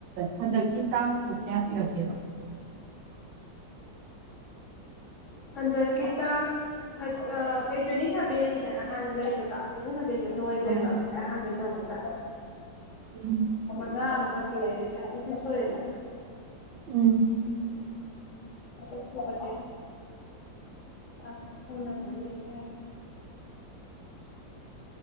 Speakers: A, on the right; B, on the left.
A: ꯍꯟꯗꯛꯀꯤ ꯇꯥꯁꯇꯣ ꯀꯌꯥ ꯄꯤꯔꯛꯀꯦꯕ
B: ꯑꯗ ꯀ ꯇ ꯊ ꯑ ꯑꯩꯗꯣꯏꯅꯤ ꯁꯥꯕꯦꯟꯅꯤꯗꯅ ꯍꯥꯟꯅ ꯂꯩꯕꯗ <inaudible> ꯂꯣꯏꯈ꯭ꯔꯦꯕ
A: ꯎꯝ
B: ꯉꯁꯥꯏ ꯑꯍꯥꯟꯕꯩ ꯇꯧꯕꯗ
A: ꯎꯝ
B: ꯃꯉꯥ ꯑꯃꯒ ꯄꯤꯔꯛꯑꯦ ꯑꯗꯨꯗꯩ ꯊꯥꯔꯇꯤ ꯇꯨ ꯁꯨꯔꯦꯗꯅ
A: ꯎꯝ
B: ꯁꯨꯗ ꯇꯁ ꯍꯅ ꯃ ꯂꯅ